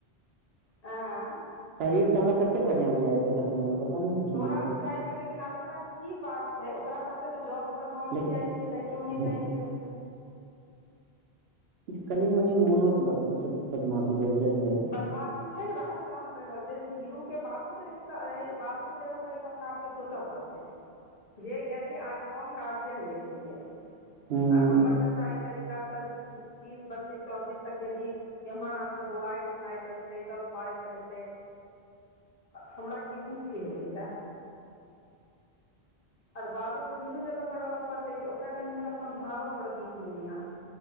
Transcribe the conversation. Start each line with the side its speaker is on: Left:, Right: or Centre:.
Left: आ
Right: शरीर तऽ हमरा कते बढ़िया बुझा ह देखा सुन मे पता नहि की
Left: तोरा
Right: दिक्कत
Left: बुझाय छौ लेकिन आब ओकरा कि बात छै ओकरा साथे तो जॉब पर हम
Right: लेकिन
Left: नहि जाय छी। तऽ केओ नहि
Right: हँ
Left: जाई छै
Right: कनी मनी मोनो के बदमाशी बुझल ह
Left: बदमाशी छै ने वएह त तोरा हम कहि रहल छै धीरू के बाबू के रहि बाबू के जगह पर रहि के अपन सोचा पड़ते है जे यदि आइ होम ग्जियन रहती आ
Right: हूँ
Left: हमर बच्च एहि तरीकाँ तीस बत्तीस चौंतीस तकेदी एम्हर हमम्र बुआइ पहनाइत रहिते गप मारैत रहिते हमरा केहन फील होत ओर बाबूके धीरू जगह पर रहय पड़तै जे ओकरा कनि हमरा समझाबय पड़त दिन दुनिया